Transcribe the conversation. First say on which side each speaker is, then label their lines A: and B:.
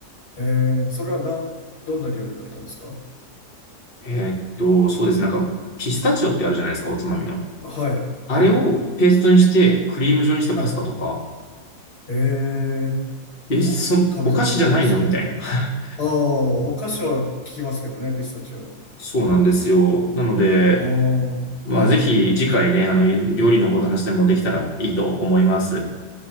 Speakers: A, on the left; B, on the left.
A: えー、それはなん、どんな料理だったんですか
B: えーっと、そうです。なんか、ピスタチオってあるじゃないですか、おつまみの。
A: はい、はい、
B: あれをペーストにして、クリーム状にしたパスタとか、
A: はい、えー、
B: え、そ、
A: あ、食べたことないですね。
B: お菓子じゃないのみたいな。<laughs>
A: ああ、お菓子は聞きますけどね、ピスタチオ。
B: そうなんですよ。なので、
A: ああ、
B: まあ、
A: はい、
B: ぜひ次回ね、あの、料理のこと話でもできたらいいと思います。